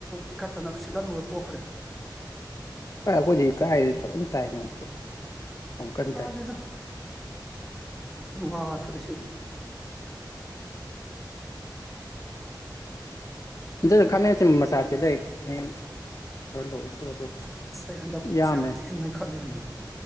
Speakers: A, in the centre; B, on the left.
A: ꯇꯤꯛꯈꯠꯇꯅ ꯁꯤꯠꯂꯝꯃꯒ ꯇꯣꯛꯈ꯭ꯔꯦ
B: ꯑꯦ ꯑꯩꯈꯣꯏꯗꯤ ꯀꯥꯏ ꯐꯖꯥꯅ ꯇꯥꯏ ꯅꯣꯡ ꯁꯤꯗ ꯌꯥꯝ ꯀꯟ
A: ꯇꯥꯗꯦꯗ
B: ꯇꯥꯏ
A: ꯎꯐꯨꯟ ꯋꯥ ꯊꯣꯛꯏꯁꯤ
B: <unintelligible> ꯈꯥꯃꯦꯟꯁꯤꯟꯕ ꯃꯆꯥ ꯁꯤꯂꯩ ꯍꯌꯦꯡ ꯈꯔ ꯂꯧꯋꯦ ꯑꯗꯨꯒ ꯄꯨꯂꯞ
A: ꯑꯁ ꯑꯩ ꯍꯟꯗꯛ ꯄꯨꯛꯁꯦ
B: ꯌꯥꯝꯃꯦ
A: ꯌꯥꯝ ꯊꯤꯅ ꯅꯣꯏꯈꯠꯂꯦꯃꯤ